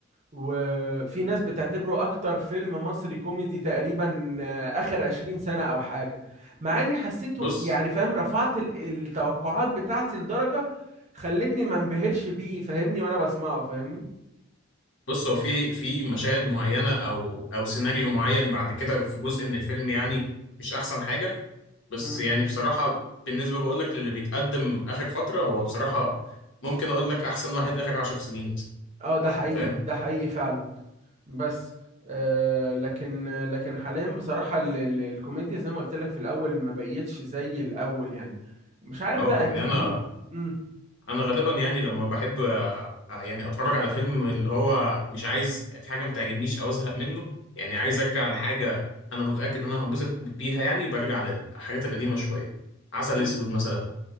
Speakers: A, on the right (about 35°); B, on the left (about 65°).
A: وفي ناس بتعتبره اكتر فيلم مصري كوميدي تقريبا آه، اخر 20 سنة او حاجة مع اني حسيته
B: بص
A: يعني فاهم رفعت ال- التوقعات بتاعتي لدرجة خلتني ما انبهرش بيه فاهمني وانا بسمعه فاهمني
B: بص هو في في مشاهد معينة أو أو سيناريو معين بعد كده في جزء من الفيلم يعني مش أحسن حاجة بس
A: مم.
B: يعني بصراحة بالنسبة بقولك للي بيتقدم آخر فترة هو بصراحة ممكن أقولك أحسن واحد آخر عشر سنين مثلا
A: اه ده حقيقي
B: فاهم
A: ده حقيقي فعلا بس آه لكن لكن حاليا بصراحة ال- ال- الكوميديا زي ما قلت لك في الأول ما بقيتش زي الأول يعني مش عارف
B: اه
A: بقى
B: يعني
A: دي
B: انا
A: مم.
B: انا غالبا يعني لما بحب آه، يعني اتفرج على فيلم اللي هو مش عايز في حاجه ما تعجبنيش او ازهق منه يعني عايز ارجع لحاجه انا متاكد ان انا هنبسط بيها يعني برجع للحاجات القديمه شويه عسل
A: مم.
B: اسود مثلا